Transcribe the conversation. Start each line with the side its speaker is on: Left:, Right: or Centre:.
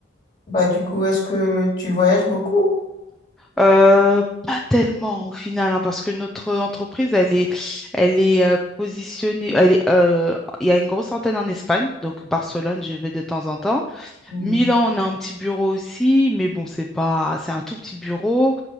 Left: Bah, du coup, est-ce que tu voyages beaucoup?
Centre: Euh, pas tellement au final, hein, parce que notre entreprise, elle est, elle est euh, positionnée. Elle est, euh, il y a une grosse antenne en Espagne, donc Barcelone, je vais de temps en temps.
Left: Hmm,
Centre: Milan, on a un petit bureau aussi, mais bon, c'est pas, c'est un tout petit bureau.